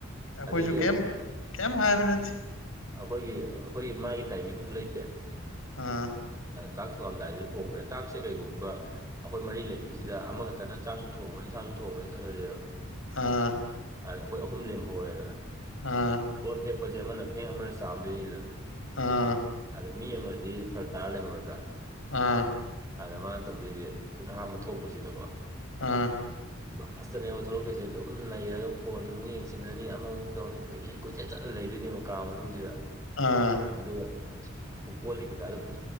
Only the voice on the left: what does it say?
ꯑꯩꯈꯣꯏꯁꯨ
ꯀꯩꯝ ꯀꯩꯝ ꯍꯥꯏꯕ ꯅꯠꯇꯦ
ꯎꯥ
ꯑꯥ
ꯎꯝ
ꯑꯥ
ꯑꯥ
ꯑꯥ
ꯑꯥ